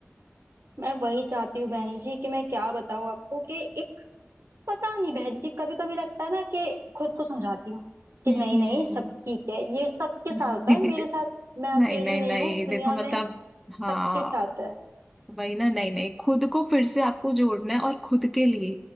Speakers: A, on the right; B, in the centre.
A: मैं वही चाहती हूँ बहन जी कि मैं क्या बताऊँ आपको कि एक पता नहीं बहन जी कभी कभी लगता है ना कि खुद को समझाती हूँ कि
B: हम्म
A: नहीं नहीं सब ठीक है ये सबके
B: हम्म
A: साथ होता है मेरे साथ
B: <laughs>
A: मैं अकेली
B: नहीं नहीं
A: नहीं
B: नहीं
A: हूँ दुनिया
B: देखो मतलब
A: में
B: हाँ
A: सबके साथ है
B: वही ना नहीं नहीं खुद को फिर से आपको जोड़ना है और खुद के लिए